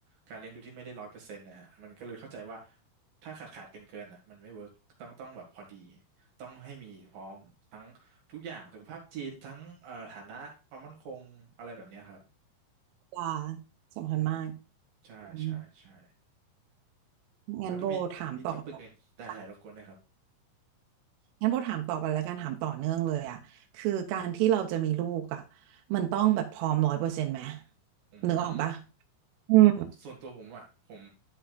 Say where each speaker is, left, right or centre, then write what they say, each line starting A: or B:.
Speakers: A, on the right; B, on the right.
A: การเลี้ยงดูที่ไม่ได้ร้อยเปอร์เซ็นต์นะฮะมันก็เลยเข้าใจว่าถ้าขาดขาดเกินเกินอ่ะมันไม่เวิร์กต้องต้องแบบพอดีต้องให้มีพร้อมทั้งทุกอย่างสุขภาพจิตทั้งเอ่อฐานะความมั่นคงอะไรแบบเนี้ยครับ
B: ปลาสำคัญมาก
A: อืมใช่ใช่ใช่
B: อืม งั้นโบถามต่อ
A: แล้วถ้ามีมีท็อปิกอื่นได้ถ่ายรบกวนได้วยครับ
B: ค่ะงั้นโบถามต่อไปแล้วกันถามต่อเนื่องเลยอ่ะคือการที่เราจะมีลูกอ่ะมันต้องแบบพร้อมร้อยเปอร์เซ็นต์ไหม
A: อืม
B: นึกออกปะอืม
A: โอ้ส่วนตัวผมอ่ะผม